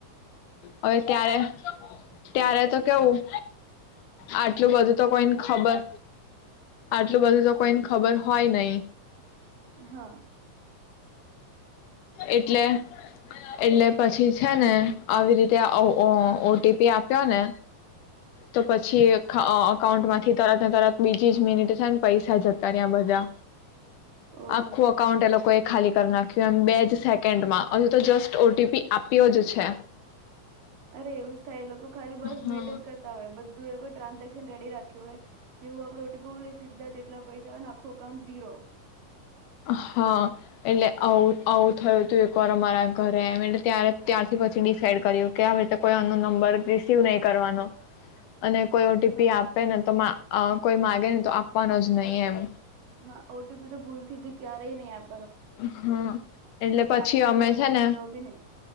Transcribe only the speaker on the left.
હવે ક્યારે ત્યારે તો કેવું આટલું બધું તો કોઈને ખબર આટલું બધું તો કોઈને ખબર હોય નય.
એટલે એટલે પછી છે ને આ રીતે ઓ ઓ ટીપી આપ ક ને. તો પછી ખ અ અકાઉન્ટ માંથી તરત ને તરત બીજી જ મિનિટ છે ને પૈસા જતા રયા બધા.
આખું અકાઉન્ટ એ લોકોએ ખાલી કરી નાખ્યું એમ બે જ સેકન્ડ માં હજુ તો જસ્ટ ઓટીપી આપ્યો જ છે.
હા
હા એટલે આવ આવું થયું તું એક વાર અમારા ઘરે એમ એટલે ત ત્યારથી પછી ડિસાઈડ કર્યું કે આવી રીતે કોઈ આનો નંબર રિસીવ નહી કરવાનો. અને કોઈ ઓટીપી
આપે ને તો અ કોઈ માગે ને તો આપવાનો જ નહી એમ.
હા એટલે પછી
અમે
છે ને